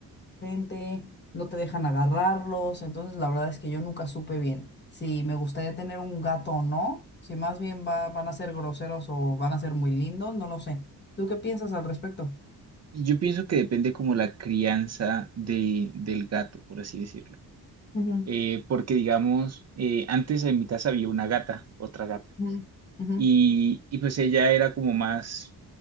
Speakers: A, on the left (about 25°); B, on the right (about 40°).
A: gente, no te dejan agarrarlos. Entonces, la verdad es que yo nunca supe bien si me gustaría tener un gato o no. Si más bien va- van a ser groseros o van a ser muy lindos, no lo sé. ¿Tú qué piensas al respecto?
B: Yo pienso que depende como la crianza de, del gato, por así decirlo.
A: Ujú.
B: Eh, porque digamos, eh, antes en mi casa había una gata, otra gata,
A: Ujú, ujú,
B: y, y pues ella era como más,